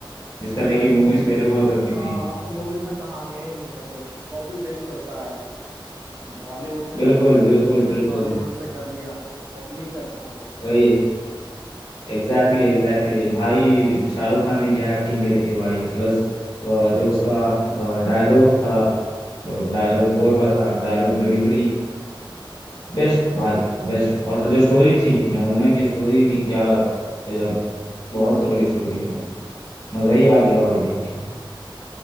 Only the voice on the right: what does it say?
हाँ भाई
मूवीज
आप
कहाँ
आप तो मूवीज में कहानियां ही नहीं होती कॉपी पेस्ट चलता है हॉलीवुड से कर
लिया तो
कभी
टॉलीवुड से कर लिया कॉपी ही करना है बस